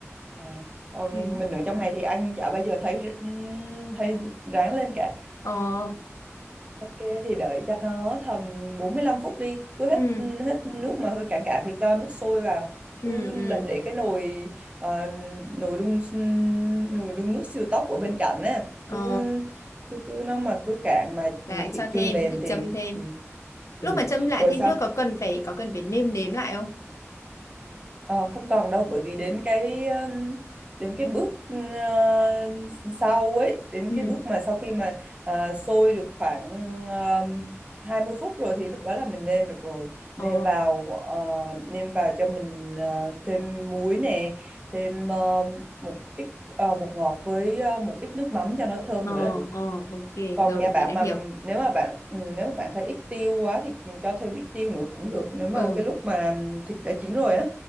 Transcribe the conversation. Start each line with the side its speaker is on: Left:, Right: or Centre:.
Right: À, còn
Left: ừ.
Right: mình ở trong này thì anh chả bao giờ thấy ừm, thấy ráng lên cả.
Left: ờ
Right: Ok thì đợi cho nó tầm 45 phút đi, cứ hết
Left: ừ
Right: ừ, hết nước mà hơi cạn cạn thì cho nước sôi vào.
Left: ừ
Right: Cứ là
Left: ừ
Right: để cái nồi ờ, nồi đun ừ, nồi đun nước siêu tốc ở bên cạnh á,
Left: ờ
Right: cứ cứ cứ nó mà cứ cạn mà
Left: lại
Right: ừ, thịt
Left: cho
Right: chưa
Left: thêm
Right: mềm
Left: lại
Right: thì
Left: châm thêm
Right: ừ. Ừ.
Left: lúc mà châm lại
Right: Rồi
Left: thêm
Right: sau
Left: nước có cần phải có cần phải nêm nếm lại không
Right: Ờ, không cần đâu bởi vì đến cái um, đến cái bước uh, sau ấy đến
Left: ừ
Right: cái bước mà sau khi mà uh, sôi được khoảng um, 20 phút rồi thì lúc đó là mình nêm được rồi
Left: ờ
Right: nêm vào ờ, nêm vào cho mình ờ, thêm muối nè thêm ờ, một ít ờ, bột ngọt với ờ, một ít nước mắm cho nó thơm
Left: ờ
Right: nữa là được
Left: ờ ok
Right: còn
Left: rồi
Right: nhà bạn
Left: mình đã
Right: mà
Left: hiểu
Right: nếu mà bạn ừ, nếu mà bạn thấy ít tiêu quá thì cho thêm ít tiêu nữa cũng được nếu mà
Left: ừ
Right: cái lúc mà thịt đã chín rồi á